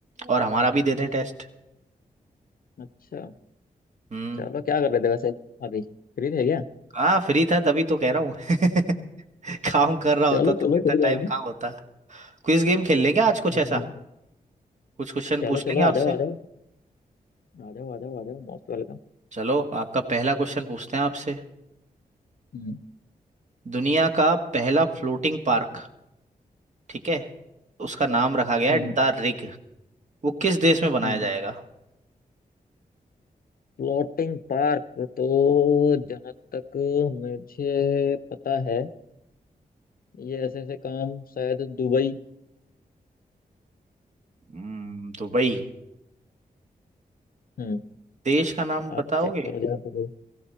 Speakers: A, on the right; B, on the left.
A: और हमारा भी दे दें टेस्ट
B: अच्छा
A: हम्म
B: चलो क्या कर रहे थे वैसे अभी फ्री थे क्या
A: हाँ फ्री था तभी तो कह रहा हूँ <laughs> काम कर रहा होता
B: चलो
A: तो
B: चलो
A: इतना
B: कोई
A: टाइम
B: बात नहीं
A: कहाँ होता क्विज गेम खेल लेंगे आज कुछ
B: हाँ,
A: ऐसा कुछ क्वेश्चन
B: चलो
A: पूछ
B: चलो
A: लेंगे आपसे
B: आ जाओ आ जाओ आ जाओ आ जाओ आ जाओ मोस्ट वेलकम
A: चलो आपका पहला क्वेश्चन पूछते हैं आपसे
B: हम्म
A: दुनिया का पहला फ्लोटिंग पार्क ठीक है उसका नाम रखा गया
B: हम्म
A: है द रिग वो किस देश में बनाया
B: हम्म
A: जाएगा
B: फ्लोटिंग पार्क तो जहाँ तक मुझे पता है ये ऐसे ऐसे काम शायद दुबई
A: हम्म, दुबई
B: हम्म
A: देश का नाम बताओगे
B: आप चेक करो जरा दुबई